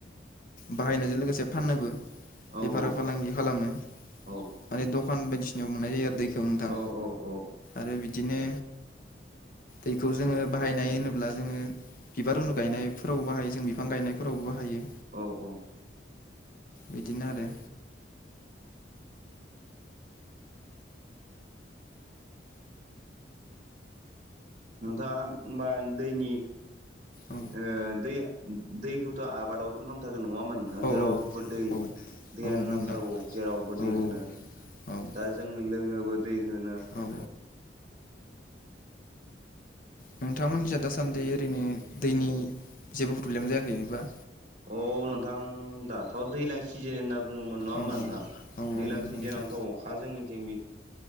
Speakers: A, on the left (about 50°); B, on the right (about 40°).
A: बाहायनायजों लोगोसे फाननोबो
B: औ
A: बेफार
B: औ
A: फालांगि खालामो।
B: औ
A: माने दखान बायदिसिनायाव मोननाय जायो आरो दैखौ नोंथां,
B: औ औ औ
A: आरो बिदिनो दैखौ जोङो बाहायनाय होनोब्ला जोङो बिबार <unintelligible> गायनायफोरावबो बाहायो, जों बिफां गायनायफोरावबो हायो।
B: औ औ
A: बिदिनो आरो
B: <inaudible> नोंथाङा होमबा दैनि,
A: औ
B: ओ दै दैखौथ' आबादावथ' नांथारगोन नङामोन नोंथां।
A: औ
B: जेरावबो
A: औ
B: दै
A: औ
B: दैयानो
A: औ नंगौ
B: नांखागौ
A: नोंथां
B: जेरावबो
A: औ
B: दैखोनो,
A: औ
B: दा जोङो लोङोबो दैखो,
A: औ नोंथांमोनिसाय दासान्दि ओरैनो दैनि जेबो प्रब्लेम जायाखैबा
B: औ नोंथां दाथ' दैज्लां सिजोन होनना बुङोमोन नङा होमबा
A: औ
B: नोंथां
A: औ
B: दैज्लां
A: नंगौ
B: सिजेनावथ'
A: नोंथां।
B: अखा जोंनिथिं बि